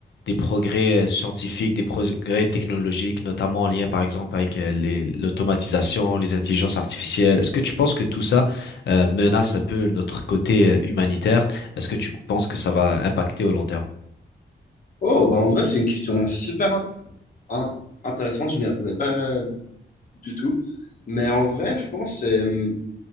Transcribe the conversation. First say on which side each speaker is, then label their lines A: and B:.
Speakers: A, on the left (about 75°); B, on the left (about 45°).
A: des progrès euh, scientifiques, des progrès technologiques, notamment en lien, par exemple, avec euh, les, l'automatisation, les intelligences artificielles? Est-ce que tu penses que tout ça euh, menace un peu notre côté euh, humanitaire? Est-ce que tu penses que ça va impacter au long terme?
B: Oh, bah en vrai, c'est une question super int- in- intéressante. Je m'y attendais pas du tout. Mais en vrai, je pense que c'est. hmm,